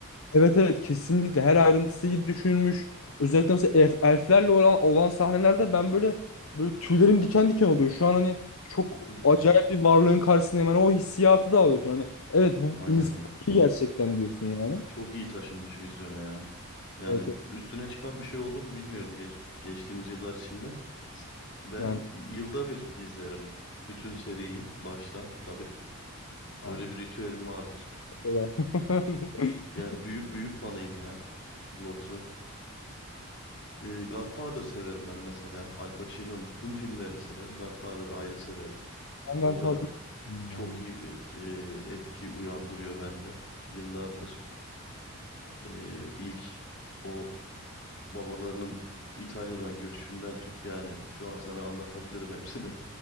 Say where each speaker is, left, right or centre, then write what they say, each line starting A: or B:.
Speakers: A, on the left; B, on the left.
A: Evet evet kesinlikle her ayrıntısı iyi düşünülmüş. Özellikle mesela elf- elflerle olan, olan sahnelerde ben böyle böyle tüylerim diken diken oluyor. Şu an hani çok
B: Hı hı.
A: acayip bir varlığın karşısında hemen o hissiyatı da alıyorsun. Hani evet bu
B: Aynen
A: insan
B: ya.
A: gerçekten diyorsun yani.
B: Çok iyi taşınmış vizyona ya. Yani
A: Evet evet.
B: üstüne çıkan bir şey oldu mu bilmiyorum geç, geçtiğimiz yıllar içinde. Ben
A: yani.
B: yılda bir izlerim bütün seriyi baştan tabii. Öyle
A: Aa,
B: bir ritüelim vardır.
A: mesela. <laughs>
B: Yani büyük büyük fanıyım ya Lotr'un. Ee, Godfather'ı severim ben mesela. Al Pacino'nun tüm filmlerini severim. Godfather'ı ayrı severim.
A: Ben Godfather'ı
B: O da
A: sevmedim
B: çok
A: ya bu.
B: iyi bir e, etki uyandırıyor bende yıllardır. Ee, ilk o babalarının İtalya'dan göçüşünden tut yani şu an sana anlatabilirim hepsini. <laughs>